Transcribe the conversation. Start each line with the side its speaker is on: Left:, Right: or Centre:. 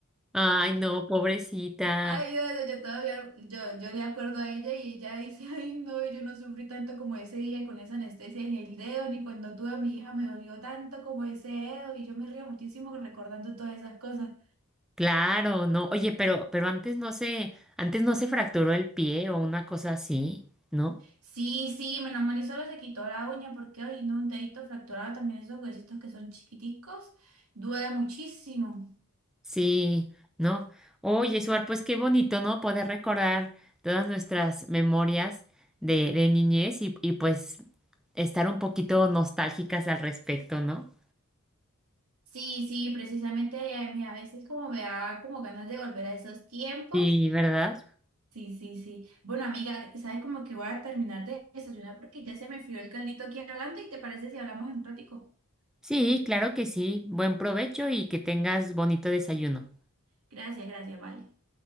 Centre: Ay, no, pobrecita.
Right: Ay, no, no, yo todavía, yo, yo le acuerdo a ella y ella dice, ay, no, yo no sufrí tanto como ese día con esa anestesia en el dedo, ni cuando tuve a mi hija me dolió tanto como ese dedo, y yo me río muchísimo recordando todas esas cosas.
Centre: Claro, no. Oye, pero, pero antes no se, antes no se fracturó el pie o una cosa así, ¿no?
Right: Sí, sí, menos mal y solo se quitó la uña, porque hoy no, un dedito fracturado, también esos huesitos que son chiquiticos, duele muchísimo.
Centre: Sí, ¿no? Oye, Suar, pues qué bonito, ¿no? Poder recordar todas nuestras memorias de, de niñez y, y pues estar un poquito nostálgicas al respecto, ¿no?
Right: Sí, sí, precisamente eh, a mí a veces como me da como ganas de volver a esos tiempos.
Centre: Sí, ¿verdad?
Right: Sí, sí, sí. Bueno, amiga, sabes como que voy a terminar de desayunar porque ya se me frió el caldito aquí hablando y te parece si hablamos en un ratico.
Centre: Sí, claro que sí. Buen provecho y que tengas bonito desayuno.
Right: Gracias, gracias, vale.